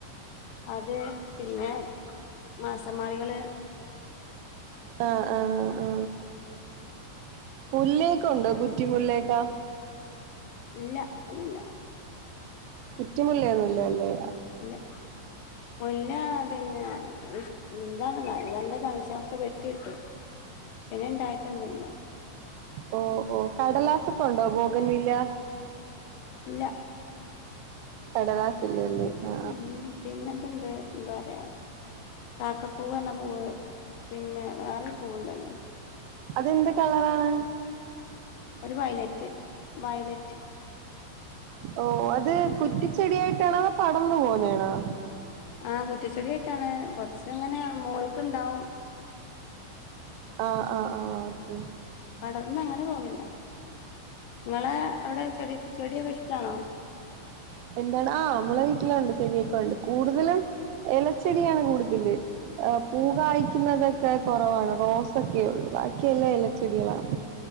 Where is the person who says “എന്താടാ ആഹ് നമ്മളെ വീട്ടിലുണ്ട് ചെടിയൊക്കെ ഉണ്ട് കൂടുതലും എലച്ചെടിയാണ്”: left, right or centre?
Right